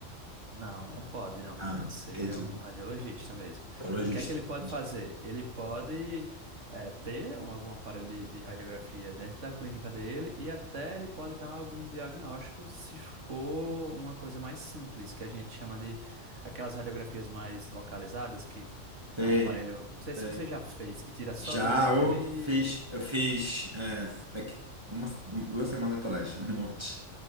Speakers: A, on the right; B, on the right.
A: Não, não pode, não.
B: Ah,
A: Tem que ser
B: entendi.
A: um radiologista mesmo.
B: Radiologista.
A: O que é que ele
B: entendi.
A: pode fazer? Ele pode eh, ter um, algum aparelho de, de radiografia dentro da clínica dele e até ele pode dar algum diagnóstico se for uma coisa mais simples, que a gente chama de aquelas radiografias mais localizadas, que
B: Tem,
A: é um aparelho, não sei
B: tem.
A: se você já fez, que tira só
B: Já
A: do dente
B: eu
A: ali.
B: fiz, eu fiz é, daqui uma, du- duas semanas atrás, um monte.